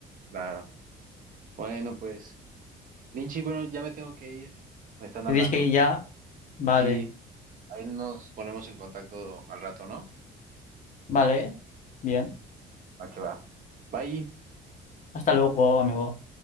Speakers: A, on the right (about 55°); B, on the left (about 50°).
A: Claro. Bueno, pues, Linchi, bueno, ya me tengo que ir. Me están hablando.
B: Dices que ya, vale,
A: Sí, ahí nos ponemos en contacto al rato, ¿no?
B: vale, bien.
A: Va que va. Bye.
B: Hasta luego, amigo.